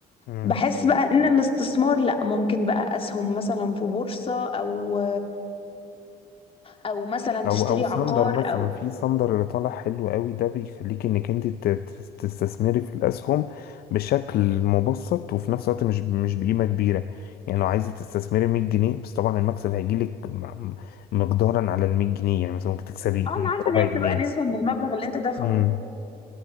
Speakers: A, on the left; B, on the left.
A: مم.
B: بحس بقى ان الاستثمار لا ممكن بقى اسهم مثلا في بورصة او او مثلا
A: او
B: تشتري
A: او صندر
B: عقار
A: مثلا
B: او
A: في صندر اللي طالع حلو قوي ده بيخليك انك انت ت- ت- تستثمري في الاسهم بشكل مبسط وفي نفس الوقت مش مش بقيمه كبيره يعني لو عايزه تستثمري 100 جنيه بس طبعا المكسب هيجيلك م- مقدارا على ال 100 جنيه يعني مثلا ممكن تكسبي
B: اه انا عارفة
A: ربع
B: ان هي
A: جنيه
B: بتبقى نسبة من المبلغ اللي انت دافعه
A: امم